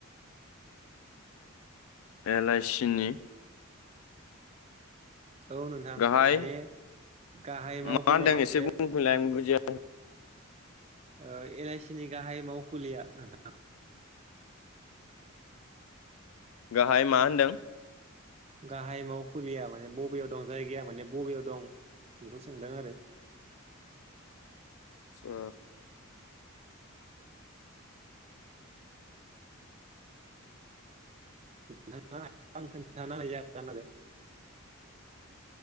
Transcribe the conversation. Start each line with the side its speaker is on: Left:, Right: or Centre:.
Left: एलआइसि नि
Right: औ नोंथां
Left: गाहाय
Right: माने गाहाय मावखुलि
Left: मा होनदों
Right: माने
Left: एसे बुंफिनलाय आं बुजिया
Right: ओ एल आइ थिनि गाहाय मावखुलिया नोंथां
Left: गाहाय मा होनदों?
Right: गाहाय मावखुलिया माने बबेयाव दं जायगाया माने बबेयाव दं बेखौ सोंदों आरो
Left: ओ
Right: <unintelligible>